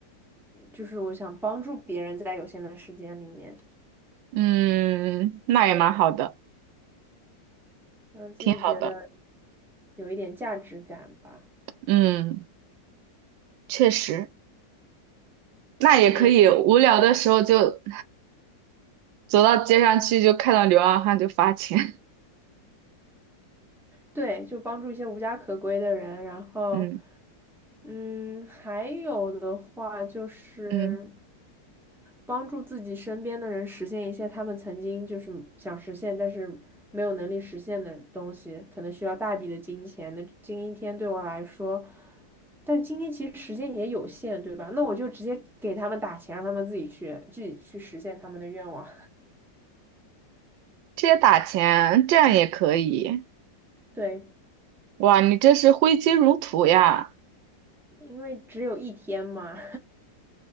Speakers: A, in the centre; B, on the right.
A: 就是我想帮助别人，在有限的时间里面，
B: 嗯，那也蛮好的，
A: 让自己觉得
B: 挺好的，
A: 有一点价值感吧，
B: 嗯，确实，那也可以，
A: 因为
B: 无聊的时候就。走到街上去就看到流浪汉就罚钱，
A: 对，就帮助一些无家可归的人，然后。
B: <laughs> 嗯
A: 嗯，还有的话就是
B: 嗯，
A: 帮助自己身边的人实现一些他们曾经就是想实现，但是没有能力实现的东西，可能需要大笔的金钱。那今天对我来说，但是今天其实时间也有限，对吧？那我就直接给他们打钱，让他们自己去自己去实现他们的愿望。
B: 这也打钱，这样也可以。
A: <laughs> 对，
B: 哇，你这是挥金如土呀，
A: 因为只有一天嘛。